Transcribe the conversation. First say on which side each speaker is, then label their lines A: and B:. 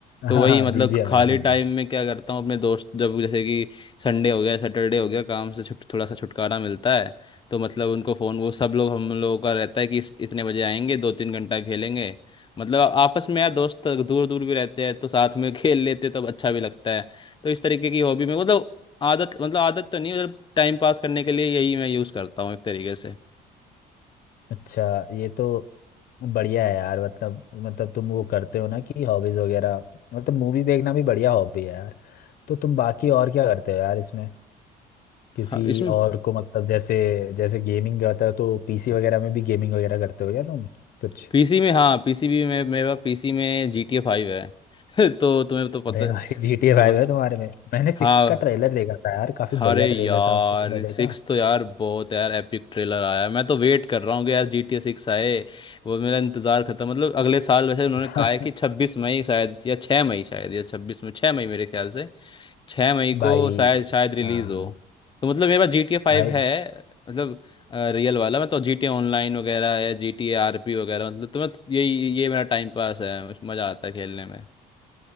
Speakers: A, on the left; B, on the left.
A: तो
B: हाँ
A: वही मतलब
B: बीजिएमआई
A: खाली
B: सुना
A: टाइम
B: है
A: में क्या करता हूँ अपने दोस्त जब जैसे कि संडे हो गया सैटरडे हो गया काम से छुट थोड़ा सा छुटकारा मिलता है तो मतलब उनको फ़ोन वो सब लोग हम लोगों का रहता है कि इस- इतने बजे आएंगे दो तीन घंटा खेलेंगे मतलब आपस में यार दोस्त दूर दूर भी रहते हैं तो साथ में <laughs> खेल लेते तो अच्छा भी लगता है तो इस तरीके की हॉबी में मतलब आदत मतलब आदत तो नहीं मतलब टाइम पास करने के लिए यही मैं यूज़ करता हूँ एक तरीके से
B: अच्छा ये तो बढ़िया है यार मतलब मतलब तुम वो करते हो ना कि हॉबीज वगैरह मतलब मूवीज देखना भी बढ़िया हॉबी है यार तो तुम बाकी और क्या करते हो यार इसमें किसी
A: हाँ इसमें
B: और को मतलब जैसे जैसे गेमिंग करता हो तो पीसी वगैरह में भी गेमिंग वगैरह करते हो क्या तुम कुछ
A: पीसी में हाँ पीसी भी में मेरा पीसी में जी टी ए फाइव है <laughs> तो तुम्हें तो
B: अरे
A: पता है
B: भाई जी
A: अरे
B: टी ए फाइव है तुम्हारे में मैंने सिक्स
A: हाँ
B: का ट्रेलर देखा था यार काफी
A: अरे
B: बढ़िया
A: यार
B: ट्रेलर था उसका तुमने देखा
A: सिक्स तो यार बहुत है यार एपिक ट्रेलर आया मैं तो वेट कर रहा हूँ कि यार जी टी ए सिक्स आए वो मेरा इंतजार खत्म मतलब अगले साल वैसे उन्होंने
B: <laughs>
A: कहा है कि छब्बीस मई शायद या छः मई शायद या छब्बीस में छः मई मेरे ख्याल से छः मई
B: भाई
A: को शायद शायद रिलीज
B: हाँ
A: हो तो मतलब मेरे पास जी टी ए फाइव
B: भाई
A: है मतलब रियल वाला मैं तो जी टी ए ऑनलाइन वगैरह है जी टी ए आर पी वगैरह मतलब तो मैं तो यही ये मेरा टाइम पास है मज़ा आता है खेलने में